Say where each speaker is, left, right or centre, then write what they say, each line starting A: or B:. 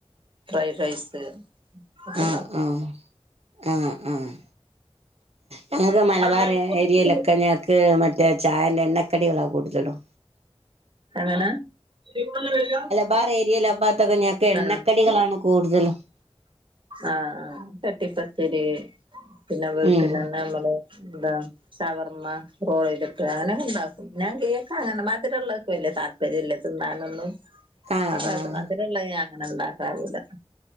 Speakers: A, on the right; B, on the right.
A: ഫ്രൈഡ് റൈസ്സ്
B: ആഹ്
A: ഇണ്ടാകും
B: ആഹ് ആഹ് ആഹ് ഞങ്ങക്ക്
A: ഇണ്ടാക്കും
B: മലബാർ ഏരിയയിലൊക്കെ ഞ്ഞെ ക്ക് മറ്റേ ചായേൻ്റെ എണ്ണക്കടികളാ കൂടുതലും
A: അങ്ങനെ <unintelligible>
B: ബാർ ഏരിയയിലാമ്പാതൊക്കെ ഞ്ഞങ്ങക്ക് എണ്ണക്കടികളാണ്
A: ആഹ്
B: കൂടുതലും
A: ആഹ് ആ കട്ടിപ്പത്തിരി പിന്നെ വീട്ടലെന്നെ
B: ഉം
A: മ്മള് എന്താ ചവർമ റോളെജ് ഒക്കേ അങ്ങനോക്കെ ഉണ്ടാ ഞാൻ കേക്ക് അങ്ങനെ മധുരള്ളോകില്ലേ വലിയ താല്പര്യമില്ല തിന്നാനൊന്നും
B: ആഹ്
A: <unintelligible>
B: ആഹ്
A: മധുരോള്ളെ ഞാൻ അങ്ങനെ ഉണ്ടാക്കാറില്ല